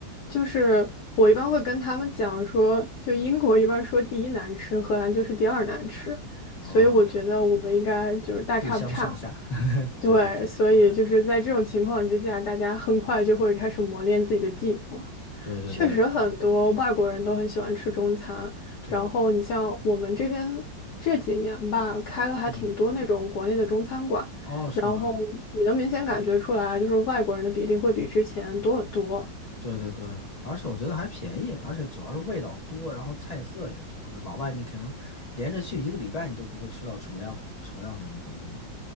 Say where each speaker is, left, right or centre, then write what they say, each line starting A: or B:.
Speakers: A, on the left; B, on the left.
A: 就是我一般会跟他们讲说，就英国一般说第一难吃，荷兰就是第二难吃，
B: 啊
A: 所以我觉得我们应该就是大差不差。
B: 不相上下。<laughs>
A: 对，
B: 对对对对
A: 所以就是在这种情况之下，大家很快就会开始磨练自己的技能了。
B: 对对对
A: 确实，很多外国人都很喜欢吃中餐，
B: 对，
A: 然后你像我们这边这几年吧，开了还挺多那种国内的中餐馆，
B: 嗯，哦，是吗？
A: 然后你能明显感觉出来，就是外国人的比例会比之前多很多。
B: 对对对，而且我觉得还便宜，而且主要是味道多，然后菜色也多老外你可能连着去一个礼拜，你都不会吃到重样重样的那种东西，